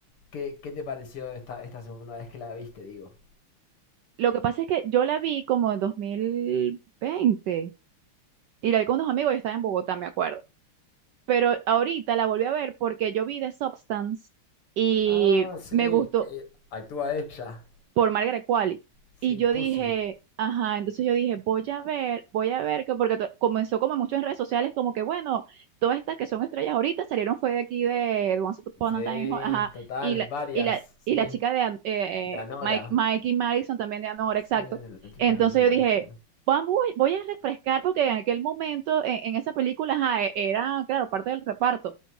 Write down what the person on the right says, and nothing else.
Lo que pasa es que yo la vi como en 2020 y la vi con unos amigos, yo estaba en Bogotá, me acuerdo. Pero ahorita la volví a ver porque yo vi The Substance y
me gustó.
por Margaret Qualley.
Y yo
dije, ajá, entonces yo dije, voy a ver, voy a ver, que porque to- comenzó como en muchas redes sociales, como que bueno, todas estas que son estrellas ahorita salieron fue de aquí de Once Upon
a Time, in Hollywood, ajá,
y la,
y la, y
la chica de An- eh,
eh, Mike, Mikey Madison también de Anora,
exacto.
Entonces
yo dije,
vamos, voy voy a refrescar porque en aquel momento, en, en esa película, ajá, e- era, claro, parte del reparto.